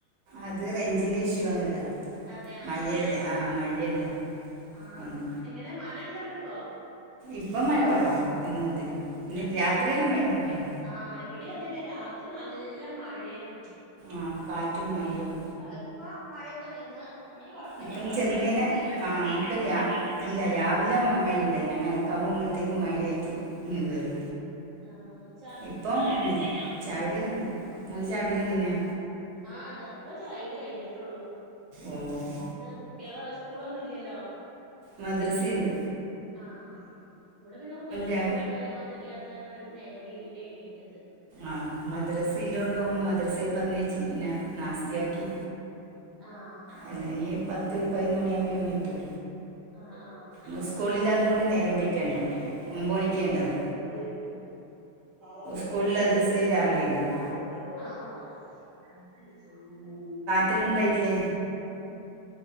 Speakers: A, on the right; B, in the centre.
A: അത് റേഞ്ചിന്റെ ഇഷ്യൂ എന്നതാ
B: അതെ ആ
A: മഴയല്ലേ
B: ആ ആ
A: ആഹ് മഴയല്ലേ
B: ആ
A: ണ്ട്
B: എങ്ങനെ മഴണ്ടോ അവിടിപ്പോ
A: ഇപ്പം മഴ കൊറവാ ഇന്ന് മു ഇന്ന് രാത്രിയെല്ലാം ഭയങ്കര മഴയാ
B: ആഹ് ഇവിടിം അതന്നെ രാത്രി നല്ല മഴയായിരുന്നു
A: ആഹ കാറ്റും മഴയും
B: അഹ്പ്പോ മഴയൊക്കെനിന്ന് ഇപ്പങ്ങനെ കൊഴപ്പല്ല
A: ഇപ്പം
B: അപ്പൊ ചെർതായിട്ട്ങ്ങനെ
A: ചെറുങ്ങനെ
B: വെയ്ലടിച്ച്
A: ആഹ്
B: തൊട്ങ്ങീറ്റ്ണ്ട്.
A: ഇപ്പം രാ ഇല്ല രാവിലെ മയെണ്ടയി ഞാൻ അലക്കാൻ പോവുബേതേക്ക്‌ മഴായ്യിട്ട് ഇങ്ങ്കേറി.
B: ആഹ്
A: ഇപ്പം ചായൊടിയെല്ലാം കയ്ഞ് നിങ്ങള്ത് ചായുടില്ലാം കഴിഞ്ഞോ?
B: ആഹ് താപ്പചായുടി കഴിഞ്ഞിട്ടൊള്ളൂ.
A: ഓഹ്
B: ഇന്ന് കുട്ടിയാളെ സ്കൂളൊന്നുംഇല്ലല്ലോ?
A: മദ്രസീണ്ട്
B: ആഹ് ഇവടെ പിന്നെ കുട്ടിയാൾക്ക്
A: രാ
B: സ്കൂളും കാര്യങ്ങളൊന്നും ഇല്ലാത്ത കാരണം അവര് നേരം വൈകിട്ട എണീറ്റത്.
A: ആഹ് മദ്രസിഇല്ലോണ്ട് ഓം മദ്രസി പറഞ്ഞേച്ചി പിന്നെനാസ്തിയാക്കി.
B: ആഹ്
A: അല്ലഞ്ഞി പത്ത് പയ്നൊന്ന് മണിയാവുമ്പേ ഓന് എതൊള്ളു.
B: ആഹ്, ആഹ്
A: മുസ്കൂളില്ലാതോണ്ട് നേരം പറ്റിയ ഇണ്ടാവ ഒംമ്പമണിക്കഇണ്ടാവ.
B: ആഹ്,
A: സ്കൂളിൽ അത് ദിവസം
B: ആഹ്
A: രാവിലെ ഉണ്ടാവും
B: <unintelligible>
A: ത്തിൽ ഉണ്ടായ്ട്ടില്ലേ?